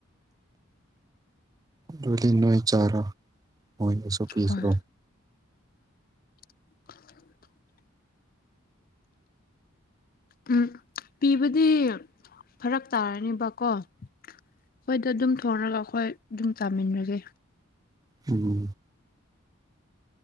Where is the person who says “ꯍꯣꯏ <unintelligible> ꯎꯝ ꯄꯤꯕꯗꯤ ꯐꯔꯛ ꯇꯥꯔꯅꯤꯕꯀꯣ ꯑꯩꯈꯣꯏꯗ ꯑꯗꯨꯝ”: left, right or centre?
Left